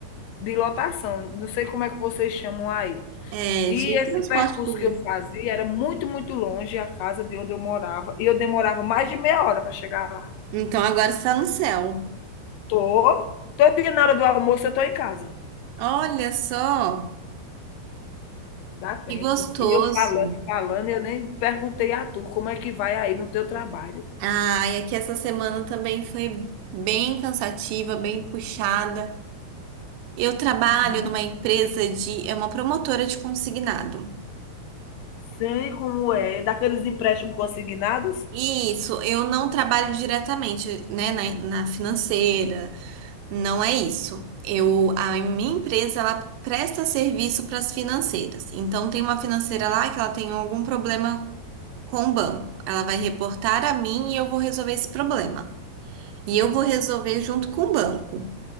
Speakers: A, on the left; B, on the right.
A: de lotação, não sei como é que vocês chamam aí.
B: é
A: E
B: de
A: esse
B: transporte
A: percurso
B: público.
A: que eu fazia era muito, muito longe a casa de onde eu morava, e eu demorava mais de meia hora para chegar lá.
B: Então agora está no céu.
A: Tô, todo dia na hora do almoço eu tô em casa.
B: Olha só,
A: Dá tempo.
B: que gostoso.
A: E eu falando, falando, eu nem perguntei a tu como é que vai aí no teu trabalho.
B: Ah, e aqui essa semana também foi bem cansativa, bem puxada. Eu trabalho
A: Sim,
B: numa empresa de, é uma promotora de consignado.
A: sei como é. Daqueles empréstimos consignados?
B: E isso, eu não trabalho diretamente, né, na, na financeira, não é isso. Eu, a minha empresa, ela presta serviço para as financeiras. Então tem uma financeira lá que ela tem algum problema com o banco. Ela vai reportar a mim e eu vou resolver esse problema. E eu vou resolver junto com o banco.